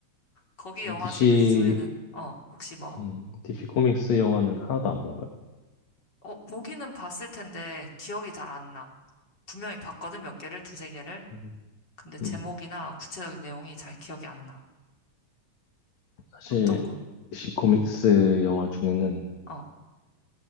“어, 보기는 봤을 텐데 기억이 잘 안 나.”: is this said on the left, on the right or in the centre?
Left